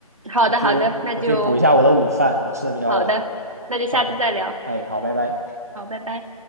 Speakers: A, on the right; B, on the right.
A: 好的，
B: 我去我去补一下我的午饭，
A: 好的，那就
B: 我吃的比较晚。
A: 好的，那就下次再聊。
B: OK，哎，好，拜拜。
A: 好，拜拜。